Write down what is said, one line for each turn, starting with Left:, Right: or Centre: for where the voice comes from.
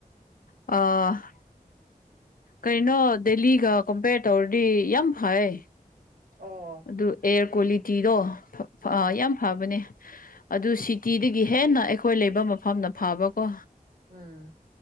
Left: ꯑ꫰꫰
Right: ꯎꯝ
Left: ꯀꯩꯅꯣ ꯗꯦꯜꯂꯤꯒ ꯀꯝꯄꯦꯌꯔ ꯇꯧꯔꯗꯤ ꯌꯥꯝ ꯐꯥꯌꯦ꯫
Right: ꯑꯣ꯫
Left: ꯑꯗꯨ ꯑꯦꯌꯥꯔ ꯀ꯭ꯋꯥꯂꯤꯇꯤꯗꯣ ꯐꯥ
Right: ꯎꯝ
Left: ꯌꯥꯝ ꯐꯕꯅꯦ ꯑꯗꯨ ꯁꯤꯇꯤꯗꯒꯤ ꯍꯦꯟꯅ ꯑꯩꯈꯣꯏ ꯂꯩꯕ ꯃꯐꯝꯅ ꯐꯕꯀꯣ꯫
Right: ꯎꯝ꯫